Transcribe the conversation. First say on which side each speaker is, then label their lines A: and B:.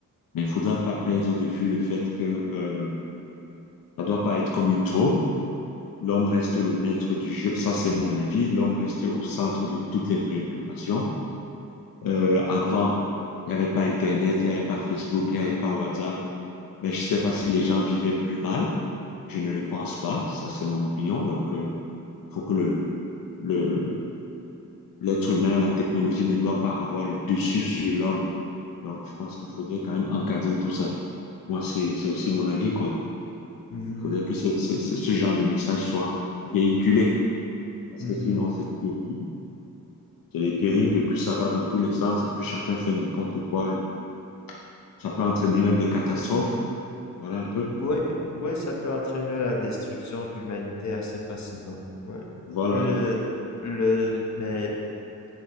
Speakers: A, on the left (about 80°); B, on the left (about 55°).
A: mais il ne faudra pas perdre de vue le fait que, euh, ça ne doit pas être comme une drogue. L'homme reste le maître du jeu, ça c'est mon avis. L'homme reste au centre de toutes les préoccupations. Euh, avant, il n'y avait pas Internet, il n'y avait pas Facebook, il n'y avait pas WhatsApp. Ben, je ne sais pas si les gens vivaient plus mal. Je ne le pense pas. Ça, c'est mon opinion. Donc, il euh, faut que le, le, l'être humain, la technologie ne doit pas avoir le dessus sur l'homme. Donc, je pense qu'il faudrait quand même encadrer tout ça. Moi, c'est, c'est aussi mon avis, quoi.
B: mhm,
A: Il faudrait que ce, ce, ce genre de message soit véhiculé. Parce
B: mhm,
A: que sinon, c'est du dérive C'est des dérives
B: mm.
A: et puis ça va dans tous les sens et puis chacun fait n'importe quoi et ça peut entraîner même des catastrophes. Voilà un peu.
B: Oui, oui, ça peut entraîner la destruction de l'humanité assez facilement. Ouais.
A: Voilà.
B: Le, le, mais